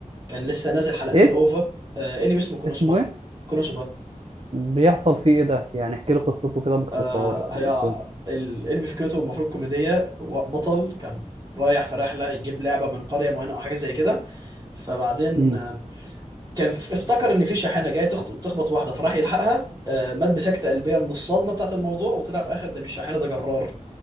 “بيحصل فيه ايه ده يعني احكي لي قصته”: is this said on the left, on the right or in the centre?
Right